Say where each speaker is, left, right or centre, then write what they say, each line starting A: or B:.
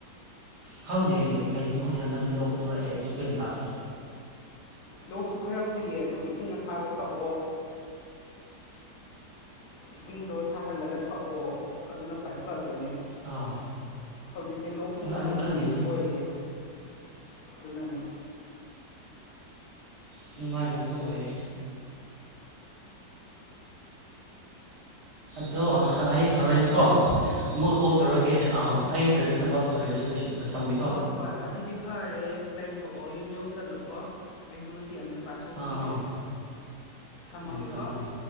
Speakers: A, on the right; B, on the left.
A: ꯈꯪꯗꯦ ꯀꯩꯒꯤꯅꯣ ꯈꯪꯗꯦ ꯍꯟꯗꯛꯁꯦ ꯂꯣꯛ ꯈꯨꯔꯛꯑꯦ ꯑꯩꯁꯨ ꯒ꯭ꯌꯥꯟ ꯇꯥꯗꯦ
B: ꯂꯣꯛꯁꯨ ꯈꯔ ꯈꯨꯏꯌꯦ ꯑꯗꯣ ꯏꯁꯤꯡ ꯑꯁꯥꯕ ꯊꯛꯑꯣ ꯏꯁꯤꯡꯗꯣ ꯁꯥꯍꯜꯂꯒ ꯊꯛꯑꯣ ꯑꯗꯨꯅ ꯈ꯭ꯋꯥꯏ ꯐꯗꯣꯏꯅꯦ
A: ꯑꯥ
B: ꯍꯧꯖꯤꯛꯁꯦ ꯂꯣꯛ ꯊꯨꯡꯅꯕ
A: ꯑꯩꯁꯨ
B: ꯃꯇꯝꯁꯨ
A: ꯈꯜꯂꯤꯅꯦ
B: ꯑꯣꯏꯌꯦ ꯑꯗꯨꯅꯅꯦ
A: ꯑꯗꯨꯃꯥꯏꯅꯁꯨ ꯑꯣꯏꯌꯦ ꯑꯗꯣ ꯑꯩ ꯍꯣꯔꯦꯟ
B: ꯇꯥꯕ꯭ꯔꯣ
A: ꯀꯣ ꯑꯃꯨꯛꯀ ꯀꯣꯜ ꯇꯧꯔꯛꯒꯦ ꯑ
B: ꯑꯧ
A: ꯑꯩ ꯀꯔꯤꯔ ꯊꯕꯛ ꯀꯔꯤꯔ ꯁꯤꯗꯤ ꯑꯁꯤꯗꯒ ꯊꯝꯃꯤ
B: ꯍꯣꯏ ꯍꯣꯏ ꯑꯗꯨꯗꯤ ꯐꯔꯦ ꯂꯩꯊꯣꯛꯑꯣ ꯌꯨꯝ ꯌꯧꯁꯜꯂꯣꯀꯣ ꯑꯩꯁꯨ ꯁꯤ ꯑꯝꯇ ꯆꯥ__ ꯊꯣꯛꯈꯤꯒꯦ
A: ꯑꯥ ꯑꯥ
B: ꯊꯝꯃꯒꯦꯀꯣ
A: ꯎꯝ ꯊꯝꯃꯦ ꯊꯝꯃꯦ